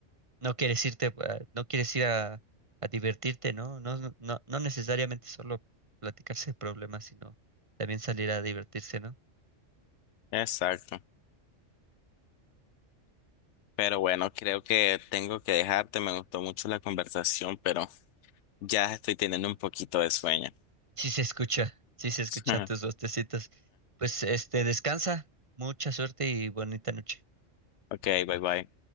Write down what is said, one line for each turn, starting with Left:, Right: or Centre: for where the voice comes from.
Right: no quieres irte, a- no quieres ir a, a divertirte, ¿no? No, no, no no necesariamente solo platicarse de problemas, sino también salir a divertirse, ¿no?
Left: Exacto. Pero bueno, creo que tengo que dejarte. Me gustó mucho la conversación, pero ya estoy teniendo un poquito de sueño.
Right: Sí se escucha, sí se escuchan
Left: <laughs>
Right: tus bostecitos. Pues este, descansa, mucha suerte y bonita noche.
Left: Ok, bye bye.